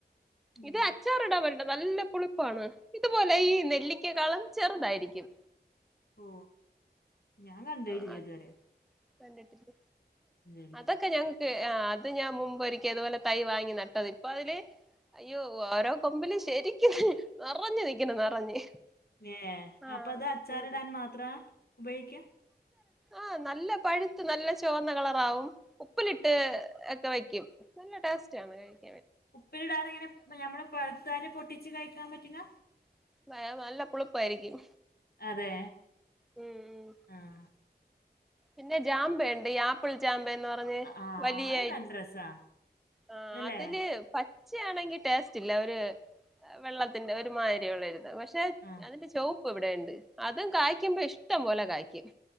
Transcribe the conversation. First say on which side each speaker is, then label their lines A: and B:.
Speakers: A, on the left; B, in the centre.
A: ഉം
B: ഇത് അച്ചാർടാവ നല്ല പുളിപ്പാണ് ഇതുപോലെ ഈ നെല്ലിക്കക്കളം ചെറുതായിരിക്കും
A: ഓ ഞാൻ കണ്ടില്ല
B: ആ
A: ഇതുവരെ
B: കണ്ടിട്ടില്ല
A: ഇല്ലല്ല
B: അതൊക്കെ ഞങ്ങക്ക് ആ അത് ഞാൻ മുമ്പ്ൊരിക്കും അതുപോലെ തൈ വാങ്ങി നട്ടത് ഇപ്പൊ അതില് അയ്യോ ഓരോ കൊമ്പില്ും ശരിക്ക നിറഞ്ഞഞ് നിക്കുന്നു നിറഞ്ഞ്
A: ഏ
B: ആ
A: അപ്പൊ അത് അച്ചാറിടാൻ
B: ഉം
A: മാത്ര ഉപയോഗിക്കൂ
B: ആഹ നല്ല പഴുത്ത് നല്ല ചുവന്ന കളറാവും ഉപ്പിലിട്ട് വയ്ക്കും നല്ല ടേസ്റ്റ് ആണ് കഴ
A: ഉപ്പിലിടാതെങ്ങനെ നമ്മള് പുത്തന്നെ പൊട്ടിച്ചച്ച് കഴിക്കാൻ പറ്റില്ല
B: വ നല്ല പുളിപ്പായിരിക്കും
A: അതെ
B: ഉം ഉം
A: ആഹ
B: പിന്നെ ജാമ്പുണ്ട് ഈ ആപ്പിൾ ജാമ്പന്ന് പറഞ്ഞ്
A: ആ
B: വലിയയി
A: അത് നല്ല രസാ
B: ആ
A: അല്ലേ
B: അതില് പ ഉച്ച ആണെങ്കിൽ ടേസ്റ്റ് ഇല്ല ഒരു വെള്ളത്തിന്റെ ഒരു മതിരിയ ഉള്ളരു പക്ഷെ
A: ആ
B: അതിന്റെ ചുവപ്പ് ഇവിടെുണ്ട് അതും കായ്ക്കുമ്പോ ഇഷ്ടം പോലെ കായ്ക്കും